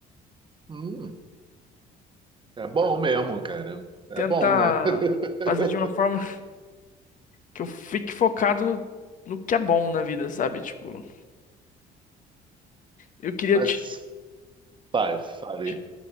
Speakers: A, on the right (about 30°); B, on the left (about 50°).
A: Hum, é bom mesmo, cara. É
B: Tentar
A: bom, né? <laughs>
B: fazer de uma forma que eu fique focado no que é bom na vida, sabe? Tipo, eu queria
A: Mas
B: ti-
A: fale, fale.
B: ti-